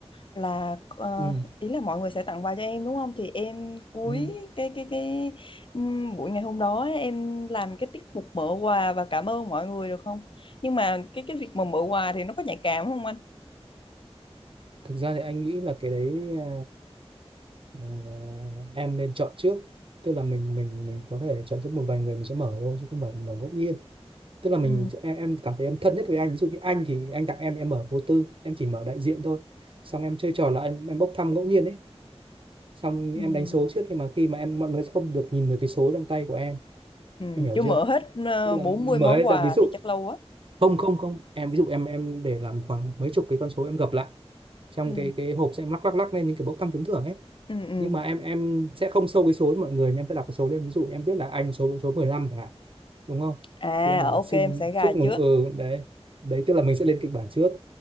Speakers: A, on the left; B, on the right.
A: là ờ,
B: Ừ.
A: ý là mọi người sẽ tặng quà cho em đúng không? Thì em cuối
B: Ừ.
A: cái cái cái ừm, buổi ngày hôm đó ấy, em làm cái tiết mục mở quà và cảm ơn mọi người được không? Nhưng mà cái cái việc mà mở quà thì nó có nhạy cảm không anh?
B: thực ra thì anh nghĩ là cái đấy à, Ờ, em nên chọn trước tức là mình mình mình có thể chọn trước một vài người mình sẽ mở thôi chứ không phải mở ngẫu nhiên tức là mình
A: Ừ,
B: em em cảm thấy em thân nhất với anh ví dụ như anh thì anh tặng em em mở vô tư em chỉ mở đại diện thôi xong em chơi trò là anh em em bốc thăm ngẫu nhiên ấy xong
A: ừ,
B: em đánh số trước nhưng mà khi mà em mọi người sẽ không được nhìn được cái số trong tay của em
A: ừ,
B: em hiểu
A: chưa mở
B: chưa
A: hết ờ,
B: tức là
A: 40
B: mở
A: món
B: hết
A: quà
B: ra ví dụ
A: thì chắc lâu quá.
B: không không không em ví dụ em em để làm khoảng mấy chục cái con số em gập lại trong
A: Ừ,
B: cái cái hộp sẽ em lắc lắc lắc lên những cái bốc thăm trúng thưởng ấy
A: ừ, ừ.
B: nhưng mà em em sẽ không show cái số cho mọi người mà em sẽ đọc cái số lên ví dụ em biết là anh số số 15 chẳng hạn đúng không
A: À,
B: thì em bảo là
A: ok
B: xin
A: em sẽ gà
B: chúc mừng
A: trước.
B: ừ đấy đấy tức là mình sẽ lên kịch bản trước